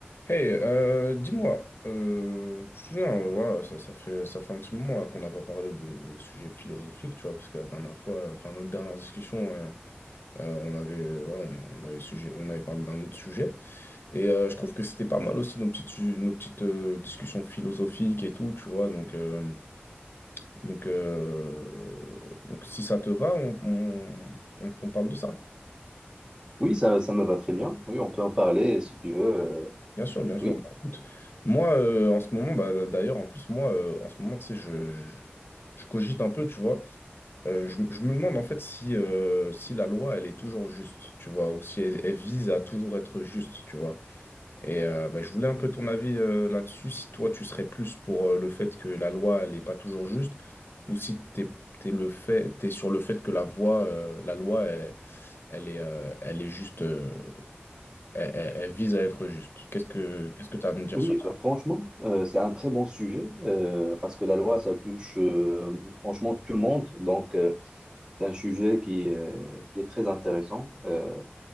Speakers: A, on the left; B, on the right.
A: Hey, euh, dis-moi, euh, tu te souviens, euh, voilà, ça, ça fait, ça fait un petit moment là qu'on n'a pas parlé de sujets philosophiques, tu vois, parce que la dernière fois, euh, enfin notre dernière discussion, euh, euh, on avait, euh, voilà, on avait sujet, on avait parlé d'un autre sujet, et euh, je trouve que c'était pas mal aussi nos petites, su- nos petites euh, discussions philosophiques et tout, tu vois, donc, euh, donc, euh, donc si ça te va, on, on, on on parle de ça.
B: Oui, ça, ça me va très bien. Oui, on peut en parler si tu veux. Euh,
A: Bien sûr, bien sûr.
B: oui,
A: Bah, écoute, moi, euh, en ce moment, bah, d'ailleurs, en plus, moi, euh, en ce moment, tu sais, je, je, je cogite un peu, tu vois. Euh, je, je me demande, en fait, si, euh, si la loi, elle est toujours juste, tu vois, ou si elle, elle vise à toujours être juste, tu vois. Et euh, bah, je voulais un peu ton avis euh, là-dessus, si toi, tu serais plus pour euh, le fait que la loi, elle n'est pas toujours juste, ou si t'es, t'es le fait, t'es sur le fait que la voie, euh, la loi, elle, elle est, euh, elle est juste, euh, elle, elle- elle vise à être juste. Qu'est-ce que, qu'est-ce que tu as à me dire
B: oui,
A: sur
B: euh, franchement, euh, c'est un très bon sujet euh, parce que la loi, ça touche euh, franchement tout le monde. Donc, euh, c'est un sujet qui, euh, qui est très intéressant, euh,